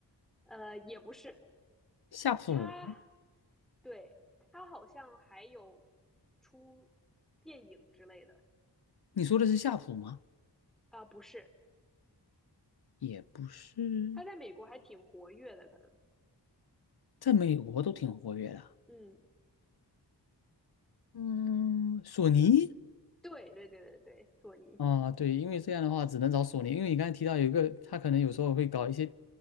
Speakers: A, in the centre; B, on the left.
A: 呃，也不是，
B: 夏普？
A: 它对它好像还有出电影之类的
B: 你说的是夏普吗？
A: 啊、呃不是，
B: 也不是，
A: 它在美国还挺活跃的，可能，
B: 在美国都挺活跃的。
A: 嗯，
B: 嗯，索尼
A: 对对对对对，索尼。
B: 啊，对，因为这样的话只能找索尼，因为你刚才提到有一个，他可能有时候会搞一些